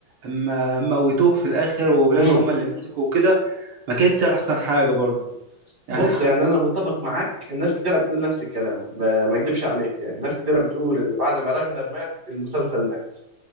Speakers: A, on the right (about 85°); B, on the right (about 50°).
A: اما موتوه في الاخر وولاده
B: امم
A: هم اللي مسكوا وكده ما كانتش احسن حاجه برضه
B: بص
A: يعني ح...
B: يعني انا متفق معاك الناس كتيره بتقول نفس الكلام ب- ما اكدبش عليك يعني ناس كتيره بتقول ان بعد ما راجنر مات المسلسل مات